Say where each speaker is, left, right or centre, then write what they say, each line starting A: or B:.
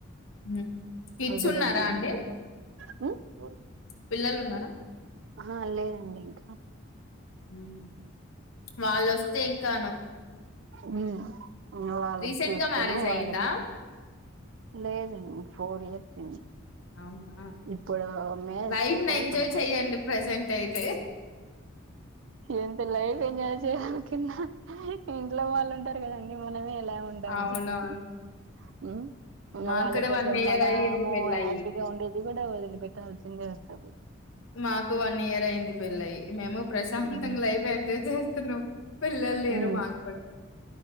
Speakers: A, on the left (about 80°); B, on the right (about 65°).
A: హ్మ్. కిడ్స్
B: ఒకరు
A: ఉన్నారా
B: వచ్చి
A: అండి
B: <unintelligible> <unintelligible>
A: పిల్లలు ఉన్నారా
B: అహా లేదండి ఇంకా
A: హ్మ్ వాళ్ళొస్తే ఇంకాను
B: హ్మ్ వాళ్ళకి
A: రీసెంట్
B: చూసుకోనూ
A: గా మ్యారేజ్ అయ్యిందా
B: వాళ్ళకి లేదండి ఫోర్ ఇయర్స్ అయింది
A: అవునా,
B: ఇప్పుడు మేస్
A: లైఫ్ ని
B: పై
A: ఎంజాయ్
B: పడతాయి
A: చెయ్యండి ప్రజెంట్ అయితే
B: ఎంత లైట్ ఎంజాయ్ చేయాలి కిన్నా ఇంట్లో వాళ్ళు ఉంటారు కదండి మనమే ఎట్లా ఉంటాము
A: అవునవును
B: చెప్పండి హ్మ్
A: మాకు
B: వాళ్ళ
A: కూడా
B: కోసం
A: వన్ ఇయర్
B: మనము
A: అయ్యింది పెళ్ళయి
B: హ్యాపీగా ఉండే కూడా వదిలి పెట్టాల్సిందే వస్తది
A: మాకు వన్ ఇయర్ అయింది పెళ్లయి మేము ప్రశాంతంగా
B: ఉమ్
A: లైఫ్ ఎంజాయ్ చేస్తున్నాం పిల్లలు లేరు
B: ఉమ్
A: మాక్కూడా